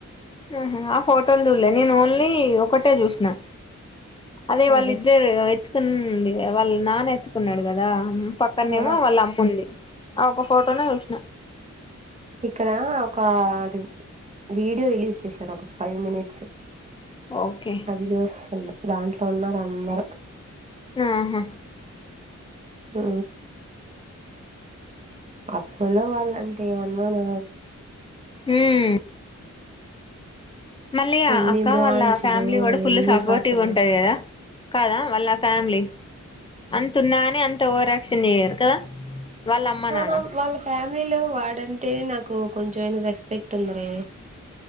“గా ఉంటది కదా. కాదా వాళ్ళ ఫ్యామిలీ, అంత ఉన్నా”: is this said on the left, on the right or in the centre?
Left